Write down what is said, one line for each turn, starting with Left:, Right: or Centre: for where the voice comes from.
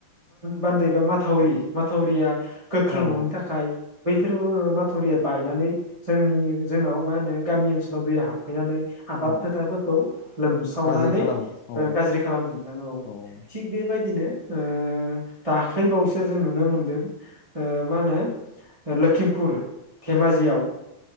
Right: बान्दै बा माथावरि माथावरिया गोख्रों
Left: औ
Right: ननि थाखाय बैफोर माथुरिया बायनानै जोंनि जोंनाव मा होनो गामि ओनसोलाव दैया हाबफैनानै आबाद
Left: औ
Right: फोथाफोरखौ लोमसावनानै
Left: गाज्रि खालामो औ
Right: ओ
Left: औ
Right: गाज्रि खालामोन औ
Left: नोंथां
Right: थिग बेबायदिनो ओ दाख्लैबावैसो जों नुनो मोनदों ओ मा होनो लोखिमपुर धेमाजियाव